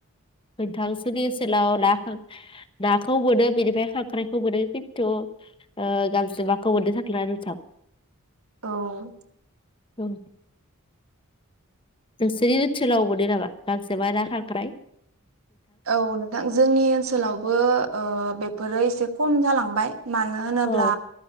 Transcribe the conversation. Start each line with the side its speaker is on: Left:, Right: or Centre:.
Left: <unintelligible> लाव ना-नाखौ मोनो बेनिफ्राय खांख्राइखौ मोनो खिन्थु ओ गांजेमाखौ मोननो थांला आरो नोंथां
Right: औ
Left: औ नोंसोरनि ओनसोलाव मोनो नामा गांजेमा ना खांख्राय
Right: औ नोंथां जोंनि ओनसोलावबो ओ बेफोरो एसे खम जालांबाय मानो होनोब्ला
Left: औ